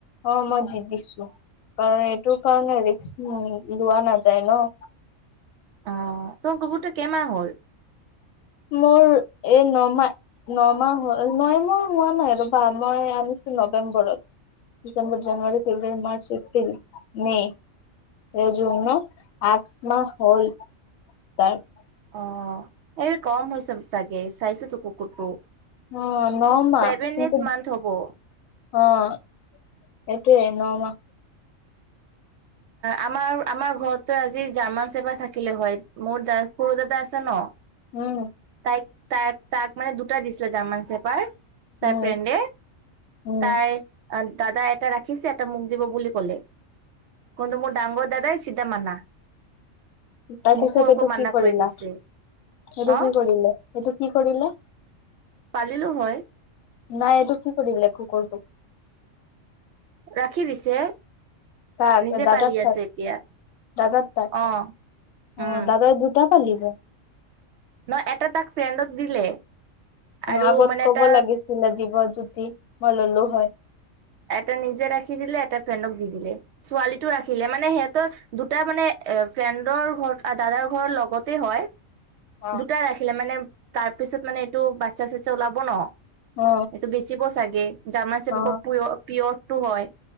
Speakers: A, on the left; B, on the right.
A: অ', মই দি দিছোঁ। কাৰণ এইটোৰ কাৰণে ৰিক্স লোৱা নাযায় ন',
B: অ ', তোমাৰ কুকুৰটো কেমাহ হ'ল?
A: মোৰ এই ন -মাহ, নমাহ হ'ল। ন মাহ হোৱা নাই ৰবা মই আনিছো নৱেম্বৰত। December, January, February, March, April, May, এই জুন আঠ মাহ হ'ল তাৰ।
B: অহ ', এই কম হৈছে চাগে চাইচোতো কুকুৰটো।
A: অহ ', ন- মাহ
B: ছেভেন
A: কিন্তু,
B: এইট মান্থ হ'ব।
A: অ', এইটোৱে ন- মাহ
B: আমাৰ- আমাৰ ঘৰত আজি জাৰ্মান -চেবাৰ থাকিলে হয়, মোৰ সৰু দাদা আছে ন, '
A: উম, '
B: তাই তাইক তাক মানে দুটা দিছিলে জাৰ্মান চেপাৰ। তাৰ
A: উম
B: ফ্ৰেনদে
A: উম
B: তাই, দাদাই এটা ৰাখিছে এটা মোক দিব বুলি কলে। কন্তু মোৰ ডাঙৰ দাদাই চিধা মানা,
A: তাৰ
B: মুখৰ
A: পিছত
B: ওপৰত
A: এইটো কি
B: মানা
A: কৰিলা,
B: কৰি দিছে
A: এইটো
B: অ
A: কি কৰিলে? এইটো কি কৰিলে?
B: পালিলো হয়।
A: নাই এইটো কি কৰিলে কুকুৰটোক?
B: ৰাখি দিছে।
A: কাক
B: নিজে
A: দাদাৰ
B: পালি
A: তাক,
B: আছে এতিয়া
A: দাদাৰ তাক
B: অ উম
A: অ ', দাদাই দুটা, পালিব।
B: ন', এটা তাক ফ্ৰেণ্ডক দিলে। আৰু
A: আগত
B: মানে
A: ক'ব
B: এটা
A: লাগিছিলে দিব যদি, মই ল'লো হয়।
B: এটা নিজে ৰাখি দিলে, এটা ফ্ৰেণ্ডক দি দিলে। ছোৱালীটো ৰাখিলে, মানে সিহঁতৰ দুটা মানে, এ ফ্ৰেণ্ডৰ ঘৰ, দাদাৰ ঘৰৰ লগতে হয়।
A: অ
B: দুটাই ৰাখিলে মানে, তাৰ পিছত মানে এইটো বা <unintelligible> ওলাব ন।
A: অ
B: এইটো বেছি বস্ চাগে। জামাচেবকক
A: অ
B: পিয়ৰটো হয়,